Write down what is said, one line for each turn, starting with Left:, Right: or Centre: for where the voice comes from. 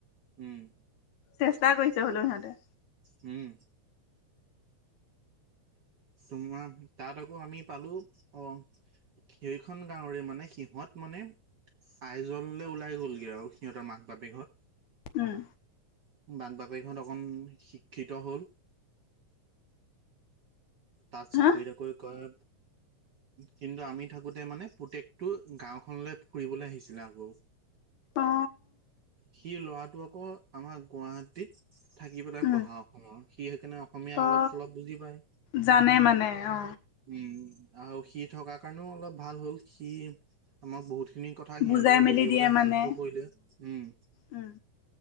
Right: উম,
Left: চেষ্টা কৰিছে হলো সিহঁতে।
Right: উম, তোমাৰ তাত আকৌ আমি পালো অ, সেইখন গাঁৱৰে মানে সিহত মানে আইজললে ওলাই গ'লগে আৰু সিহঁতৰ মাক বাপেক হত
Left: উম,
Right: <unintelligible> অকণ শিক্ষিত হ'ল। তাত চাকৰি
Left: হা
Right: তাকৰি কৰে কিন্তু আমি থাকোঁতে মানে পুতেকটো গাঁওখনলে ফুৰিবলে আহিছিলে আকৌ।
Left: অ
Right: সি ল'ৰাটো আকৌ আমাৰ গুৱাহাটীত থাকি পেলাই
Left: উম
Right: পঢ়া অসমৰ সি সেইকাৰণে অসমীয়া অলপ
Left: অ
Right: চলপ বুজি পায়।
Left: জানে মানে অ,
Right: উম, আৰু সি থকাৰ কাৰণেও অলপ ভাল হ'ল সি আমাক বহুতখিনি কথা সিহঁতৰ
Left: বুজাই
Right: পৰা
Left: মেলি
Right: বুজিবলৈ
Left: দিয়ে মানে
Right: হেল্পো কৰিলে উম,
Left: উম,